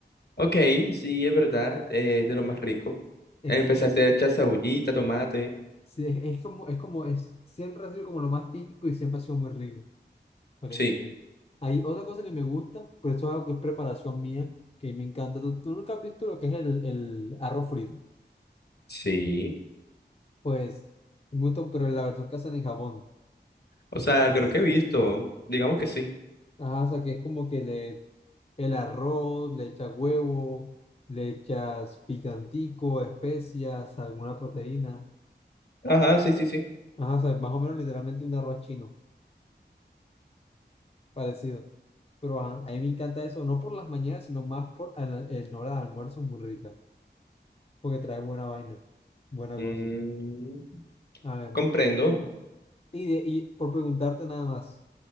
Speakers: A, on the left; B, on the left.
A: ok, sí, es verdad, eh, de lo más rico.
B: Es
A: Empecé
B: que eh,
A: a hacer echar cebollita, tomate.
B: sí, es, es como, es como, es, siempre ha sido como lo más típico y siempre ha sido muy rico. por
A: Sí.
B: ejemplo. Hay otra cosa que me gusta, pero esto es algo que es preparación mía, que me encanta. ¿Tú, tú nunca has visto lo que es el, el arroz frito?
A: Sí.
B: Pues, me gusta, pero en la versión que hacen en Japón.
A: O sea, creo que he visto. Digamos que sí.
B: Ajá, o sea, que es como que le, el arroz, le echas huevo, le echas picantico, especias, alguna proteína.
A: Ajá, sí, sí, sí.
B: Ajá, o sea, es más o menos literalmente un arroz chino, parecido. Pero ajá, a mí me encanta eso, no por las mañanas, sino más por el, el hora de almuerzo, muy rica, porque trae buena vaina, buena
A: Mm,
B: cosa. A ver.
A: comprendo.
B: Y, de- y por preguntarte nada más,